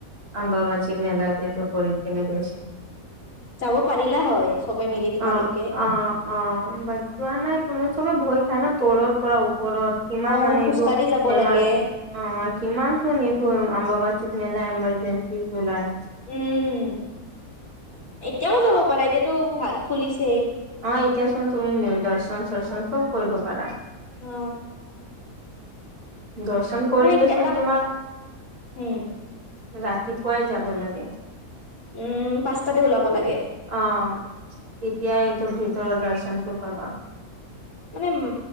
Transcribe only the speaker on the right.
অম্বুবাচী মেলাত এইটো কৰি কেনে গৈছে।
অ-অ-অ বাট যোৱা নাই কোনো। চবে ভয় খায় ন তলৰ পৰা ওপৰত ইমান
মানে
এইটো
এমাৰ
অ কিমান চোনি তো <unintelligible> মেলাই এমাৰজেনচি চলাই
অ এতিয়া চোন তুমি নি দৰচন চৰচন চব কৰিব পাৰা।
দৰচন কৰিলেচোন
তোমাৰ
ৰাতিপুৱাই যাব লাগে।
অ, তেতিয়া এইটো ভিতৰৰ দৰচনটো পাবা।